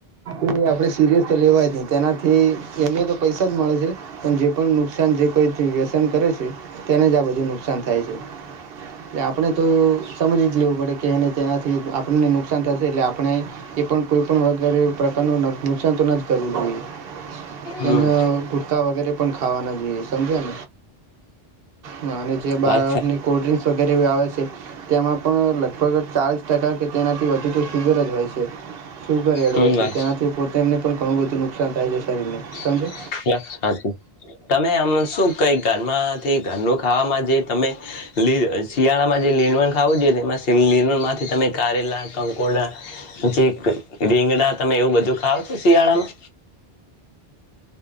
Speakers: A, on the right; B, on the left.
A: એ આપડે સીરિયસ તો લેવાય ની તેનાથી એમને તો પૈસા જ મળે છે પણ જે પણ નુકસાન જે કોઈથી વ્યસન કરે છે તેને જ આબ જે નુકસાન થાય છે. એટલે આપણે તો સમજી જ લેવું પડે કે એને તેનાથી આપણને નુકસાન થશે એટલે આપણે એ પણ કોઈ પણ વગારે પ્રકારનું નુકસાન તો ન જ કરવું જોઈએ
B: હમ
A: અને ગુટકા વગેરે પણ ખાવાના જોઈએ સમજ્યા ને અને જે બારની
B: વાત
A: કોલ્ડ્રિંક વગેરે આવે છે તેમાં પણ લગભગ ચાલીસ ટકા કે તેનાથી વધુ તો સુુગર જ હોય છે સુગર એડ હોય
B: હમ
A: છે
B: વાત
A: તેનાથી એ પોતે એને પણ ઘણું બધું નુકસાન થાય છે શરીરને સમજે
B: <unintelligible> તમે આમ શું કઈ ઘરમાંથી ઘરનું ખાવામાં જે તમે શિયાળામાં જે લીલવણ ખાવું જો તેમાં લીણણ માંથી તમે કારેલા કંકોડા જે રીંગડા તમે એવું બધું ખાવ છો શિયાળામાં?